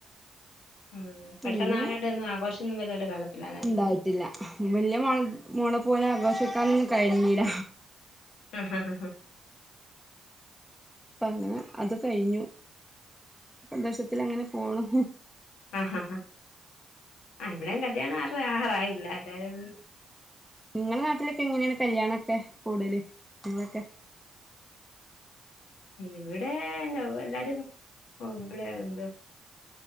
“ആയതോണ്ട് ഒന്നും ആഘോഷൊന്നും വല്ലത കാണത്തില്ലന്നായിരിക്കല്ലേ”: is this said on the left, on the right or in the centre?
Left